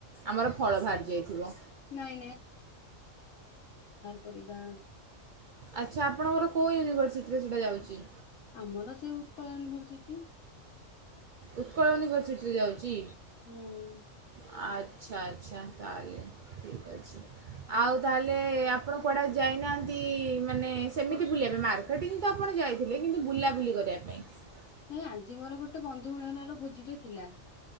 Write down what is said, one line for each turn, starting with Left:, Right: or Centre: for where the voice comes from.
Right: ଆମର ଫଳ ବାହାରି ଯାଇଥିବ।
Left: ନାଇଁ ପରିବା
Right: ଆଚ୍ଛା ଆପଣଙ୍କର କେଉଁ ୟୁନିଭର୍ସିଟିରେ ସେଇଟା ଯାଉଛି
Left: ଆମର ସେଇ ଉତ୍କଳ ୟୁନିଭରସିଟି
Right: ଉତ୍କଳ ୟୁନିଭର୍ସିଟିରେ ଯାଉଛି
Left: ହୁଁ
Right: <unintelligible>
Left: ନାଇଁ ଆଜି ମୋର ଗୋଟେ ବନ୍ଧୁ ମିଳନ ର ଭୋଜିଟ ଥିଲା